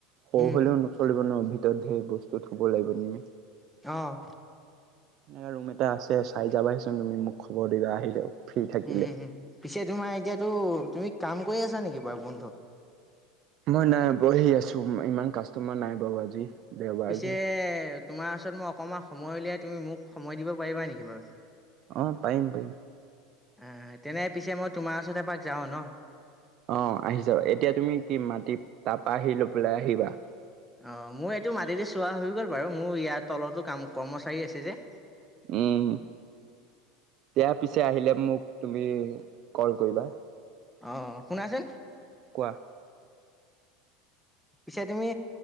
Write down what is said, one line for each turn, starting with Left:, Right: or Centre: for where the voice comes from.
Right: সৰু
Centre: উম
Right: হ'লেও চলিব নোৱাৰ ভিতৰত ধেৰ বস্তু থ'ব লাগিব নেকি।
Centre: অ,
Right: সেনে ৰুম এটা আছে চাই যাবাহিচোন তুমি মোক খবৰ দিবা আহিলেও। ফ্ৰী থাকিলে।
Centre: উম, উম, পিছে তোমাৰ এতিয়াতো তুমি কাম কৰি আছা নেকি বাৰু বন্ধু।
Right: মই নাই বহি আছো ইমান কাষ্টমাৰ নাই বাৰু আজি। দেওবাৰ
Centre: পিছে
Right: যে।
Centre: তোমাৰ ওচৰত মোক অকণমান সময় উলিয়াই তুমি মোক সময় দিব পাৰিবা নেকি বাৰু।
Right: অ, পাৰিম পাৰিম।
Centre: অ, তেনে পিছে মই তোমাৰ ওচৰত এপাক যাওঁ ন।
Right: অ, আহিছ এতিয়া তুমি কি মাটি তাপৰা আহি লৈ পেলাই আহিবা।
Centre: অ, মোৰ এইটো মাটিতে চোৱা হৈ গ'ল বাৰু মোৰ ইয়াৰ তলতো কাম কৰ্মচাৰী আছে যে।
Right: উম, দিয়া পিছে আহিলে মোক তুমি কল কৰিবা।
Centre: অ, শুনাচোন।
Right: কোৱা।
Centre: পিছে তুমি